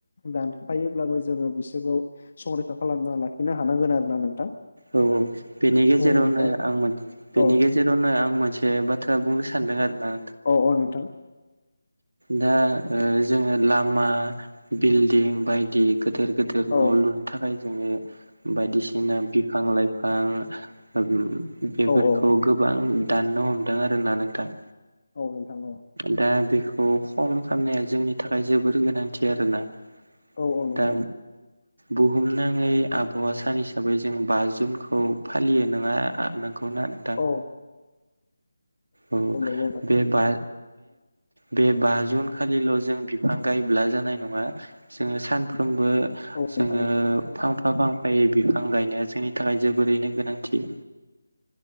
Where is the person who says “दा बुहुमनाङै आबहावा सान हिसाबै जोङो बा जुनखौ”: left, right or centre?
Right